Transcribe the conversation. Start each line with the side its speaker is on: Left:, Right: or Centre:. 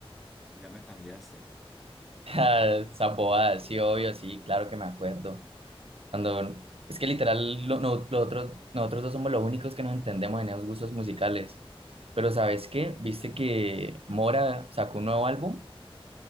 Centre: ya me cambiaste.
Right: Ah, Esa bobada, sí, obvio, sí, claro que me acuerdo. Cuando, es que literal, lo, no- lo otro- nosotros dos somos los únicos que nos entendemos en esos gustos musicales. Pero ¿sabes qué? ¿Viste que Mora sacó un nuevo álbum?